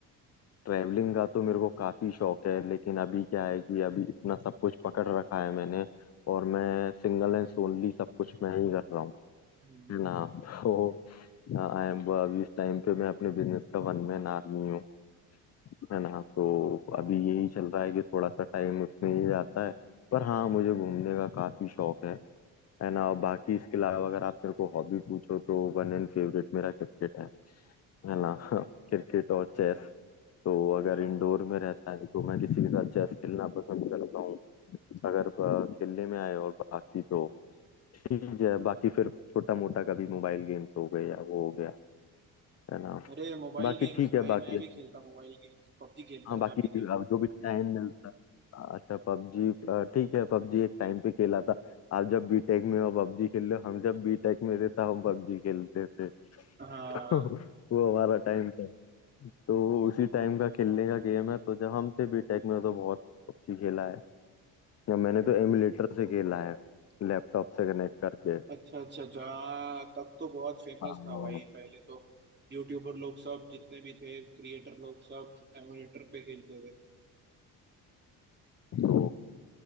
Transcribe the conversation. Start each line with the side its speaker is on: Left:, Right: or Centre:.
Left: ट्रैवलिंग का तो मेरे को काफी शौक है लेकिन अभी क्या है कि अभी इतना सब कुछ पकड़ रखा है मैंने और मैं सिंगल एंड सोनली सब कुछ मैं ही कर रहा हूँ
Right: हम्म,
Left: है ना तो आई एम अभी इस टाइम पे मैं अपने बिजनेस का वन मैन आर्मी हूँ है ना तो
Right: तो-
Left: अभी यही चल रहा है कि थोड़ा सा टाइम उसमें ही जाता है पर हाँ मुझे घूमने का काफी शौक है है ना और बाकी इसके अलावा अगर आप मेरे को हॉबी पूछो तो वन एंड फेवरेट मेरा क्रिकेट है है ना <laughs> क्रिकेट और चेस तो अगर
Right: अच्छा
Left: इंडोर में रहता है तो मैं किसी के साथ चेस खेलना पसंद करता हूँ अगर अ, खेलने में आए और बाकी तो ठीक है बाकी फिर छोटा मोटा कभी मोबाइल गेम्स हो गए या वो हो गया है ना
Right: अरे मोबाइल
Left: बाकी
Right: गेम्स
Left: ठीक है
Right: भाई
Left: बाकी
Right: मैं भी खेलता हूँ मोबाइल गेम्स पबजी खेलता
Left: हाँ
Right: हूँ
Left: बाकी
Right: मैं भी गेम
Left: अब जो भी टाइम मिलता है अच्छा पबजी ठीक है पबजी एक टाइम पे खेला था आप जब बीटेक में हो पबजी खेल लो हम जब बीटेक में रहता हम पबजी खेलते थे <laughs>
Right: हाँ
Left: तो वो हमारा टाइम था तो उसी टाइम का खेलने का गेम है तो जब हम थे बीटेक में तो बहुत पबजी खेला है या मैंने तो एमुलेटर से खेला है लैपटॉप से कनेक्ट करके
Right: अच्छा अच्छा अच्छा हाँ तब तो बहुत फेमस
Left: हाँ,
Right: था भाई पहले तो यूट्यूबर लोग सब जितने भी थे क्रिएटर लोग सब एमुलेटर पे खेलते थे
Left: तो